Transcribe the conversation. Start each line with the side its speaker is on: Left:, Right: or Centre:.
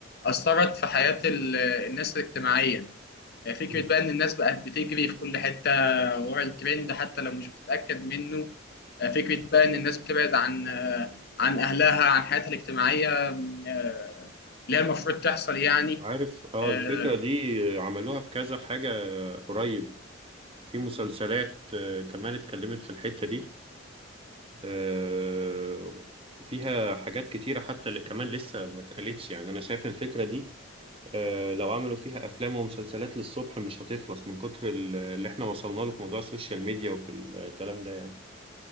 Left: أثرت في حياة ال- الناس اجتماعيا فكرة
Right: مم.
Left: بقى إن الناس بقت بتجري في كل حتة ورا الترند حتى لو مش بتتأكد منه فكرة بقى إن الناس بتبعد عن عن أهلها عن حياتها الاجتماعية آه، اللي هي المفروض تحصل يعني
Right: عارف اه
Left: آه،
Right: الفكرة دي عملوها في كذا حاجة قريب في مسلسلات آه، كمان اتكلمت في الحتة دي آه، وفيها حاجات كتيرة حتى اللي كمان لسه ما اتقالتش يعني أنا شايف الفكرة دي آه، لو عملوا فيها أفلام ومسلسلات للصبح مش هتخلص من كتر ال- اللي احنا وصلنا له في موضوع السوشيال ميديا وفي الكلام ده يعني